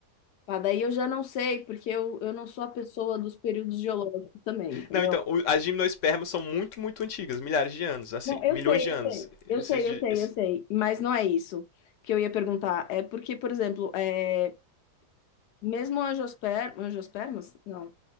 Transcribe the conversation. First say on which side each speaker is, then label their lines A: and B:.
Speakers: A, on the left; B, on the left.
A: Pá, daí eu já não sei, porque eu, eu não sou a pessoa dos períodos geológicos também, entendeu?
B: Não, então, o- as gimnospermas são muito, muito antigas, milhares de anos, assim,
A: Não, eu
B: milhões
A: sei,
B: de anos.
A: eu sei,
B: Esses
A: eu sei,
B: de.
A: eu sei,
B: esse-
A: eu sei, mas não é isso que eu ia perguntar. É porque, por exemplo, é, mesmo angiosper... angiospermas, não.